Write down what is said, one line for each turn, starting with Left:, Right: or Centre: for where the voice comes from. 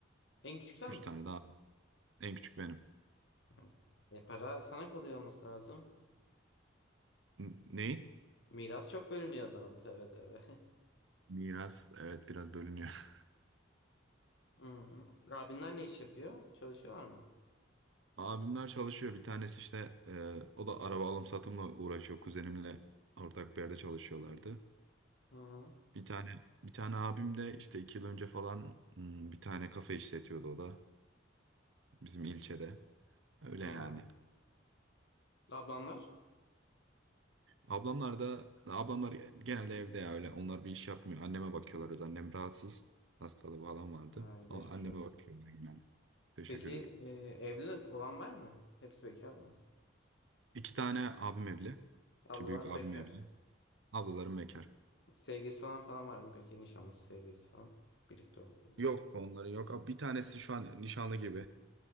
Left: En küçük sen
Right: Üç
Left: misin?
Right: tane daha. En küçük benim.
Left: Hı. E para sana kalıyor olması lazım.
Right: N- Neyin?
Left: Miras çok bölünüyor o zaman. Tövbe tövbe. <laughs>
Right: Miras evet biraz bölünüyor.
Left: Hı hı. Abinler ne iş yapıyor? Çalışıyorlar mı?
Right: <laughs> Abimler çalışıyor. Bir tanesi işte e, o da araba alım satımla uğraşıyor. Kuzenimle ortak bir yerde çalışıyorlardı.
Left: Hı hı.
Right: Bir tane bir tane abim de işte iki yıl önce falan hmm, bir tane kafe işletiyordu o da bizim ilçede. Öyle
Left: Hı.
Right: yani.
Left: Ablanlar?
Right: Ablamlar da ablamlar genelde evde ya öyle. Onlar bir iş yapmıyor. Anneme bakıyorlar. Öz Annem rahatsız. Hastalığı falan vardı.
Left: Ha, geçmiş
Right: Ama anneme
Left: olsun.
Right: bakıyorlar genelde. Teşekkür
Left: Peki
Right: ederim.
Left: e, evli olan var mı? Hepsi bekar mı?
Right: İki tane abim evli.
Left: Ablalarım
Right: İki büyük abim
Left: bekar.
Right: evli. Ablalarım bekar.
Left: Sevgilisi falan falan var mı peki? Nişanlısı sevgilisi falan. Birlikte oldu.
Right: Yok onları yok. abi Bir tanesi şu an nişanlı gibi.